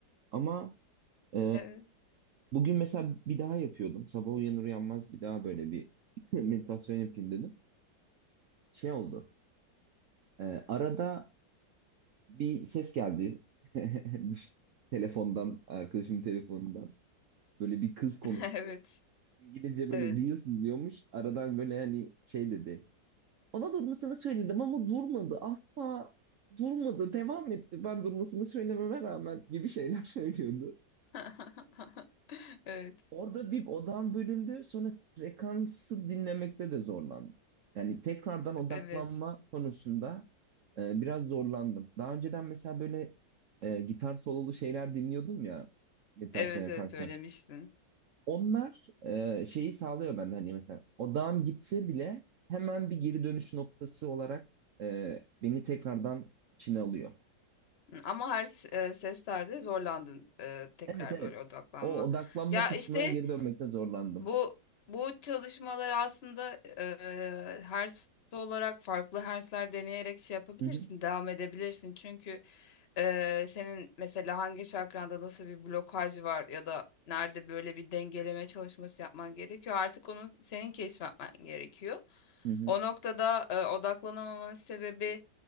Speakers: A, on the right; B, on the left.
A: Ama e,
B: Evet.
A: bugün mesela bir daha yapıyordum. Sabah uyanır uyanmaz bir daha böyle bir <laughs> meditasyon yapayım dedim. Şey oldu. e, arada bir ses geldi. <laughs> Düş- Telefondan, arkadaşımın telefonundan. Böyle bir kız konuştu.
B: <laughs> Evet.
A: İngilizce
B: Evet.
A: böyle Reels izliyormuş. Aradan böyle hani şey dedi. Ona durmasını söyledim ama durmadı. Asla durmadı. Devam etti. Ben durmasını söylememe rağmen gibi şeyler <laughs> söylüyordu.
B: <laughs> Evet.
A: Orada bir odam bölündü. Sonra frekansı dinlemekte de zorlandım. Yani tekrardan odaklanma
B: Evet.
A: konusunda e, biraz zorlandım. Daha önceden mesela böyle e, gitar sololu şeyler dinliyordum ya meditasyon
B: Evet
A: yaparken.
B: evet söylemiştin.
A: Onlar e, şeyi sağlıyor bende hani mesela odağım gitse bile hemen bir geri dönüş noktası olarak e, beni tekrardan içine alıyor.
B: Hı, Ama her s- e, seslerde zorlandın e, tekrar
A: Evet evet.
B: böyle odaklanma.
A: O odaklanma
B: Ya
A: kısmına
B: işte
A: geri dönmekte zorlandım.
B: Bu bu çalışmalar aslında eee hers olarak farklı hersler deneyerek şey yapabilirsin,
A: Hı hı
B: devam edebilirsin. Çünkü eee, senin mesela hangi çakranda nasıl bir blokaj var ya da nerede böyle bir dengeleme çalışması yapman gerekiyor. Artık onu senin keşfetmen gerekiyor.
A: hı hı.
B: O noktada eee, odaklanamamanın sebebi